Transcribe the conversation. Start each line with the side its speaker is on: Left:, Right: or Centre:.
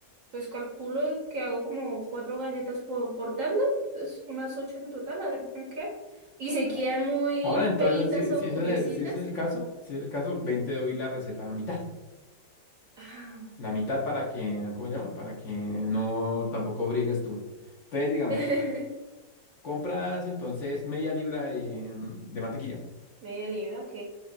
Right: pues calculo que hago como cuatro galletas por, por tanda, entonces unas ocho en total, a ver cómo queda. Y si
Left: ah,
Right: quedan muy
Left: Ahora, entonces,
Right: feitas
Left: si,
Right: o
Left: si,
Right: curiositas.
Left: ese es el, si ese es el caso, si es el caso, ven, te doy la receta a mitad.
Right: ah,
Left: La mitad para que, ¿cómo llaman? Para que no tampoco brigues tú. Entonces, digamos,
Right: <laughs>
Left: compras entonces media libra de, de mantequilla.
Right: Media libra, ok.